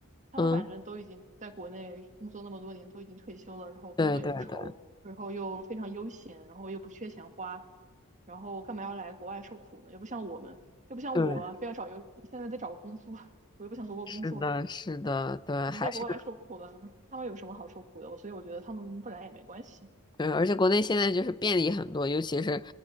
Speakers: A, on the right; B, on the left.
A: 他们反正都已经在国内工作那么多年，
B: 嗯，
A: 都已经退休了，然后工作也不愁，
B: 对对对
A: 然后又非常悠闲，然后又不缺钱花，然后干嘛要来国外受苦呢？又不像我们，又不像我啊非要找一个现在在找个工作，
B: 对。
A: <laughs> 我又不想回国工作，
B: 是的，是的，对，
A: 嗯在国外受苦了，
B: 还是
A: 他们有什么好受苦的？我所以我觉得他们不来也没关系。
B: 对，而且国内现在就是便利很多，尤其是